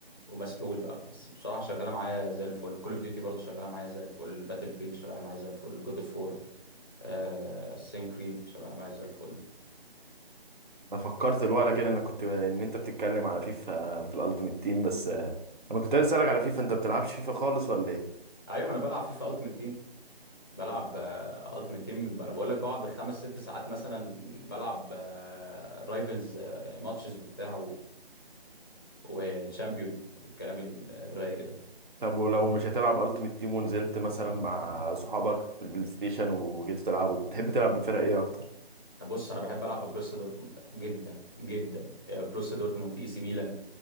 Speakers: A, on the left; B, on the right.
A: ومسحول بقى بس بصراحه شغاله معايا زي الفل كول اوف ديوتي برضو شغاله معايا زي الفل باتل فيلد شغاله معايا زي الفل جود اوف وور آه كريد شغاله معايا زي الفل
B: انا فكرت الوقت كده انا كنت ان انت بتتكلم على فيفا في الالتيميت تيم بس آه، انا كنت عايز اسالك على فيفا انت بتلعبش فيفا خالص ولا ايه
A: ايوه انا بلعب فيفا التيمت تيم بلعب التيمت تيم انا بقول لك بقعد بالخمس ست ساعات مثلا بلعب رايفلز ماتشز وبتاع وتشامبيون والكلام ال- الرايق ده
B: طب ولو مش هتلعب التيميت تيم ونزلت مثلا مع صحابك في البلاي ستيشن وجيتوا تلعبوا بتحب تلعب بفرق ايه اكتر
A: بص انا بحب العب ببروسيا دورتموند جدا جدا آه، بروسيا دورتموند اي سي ميلان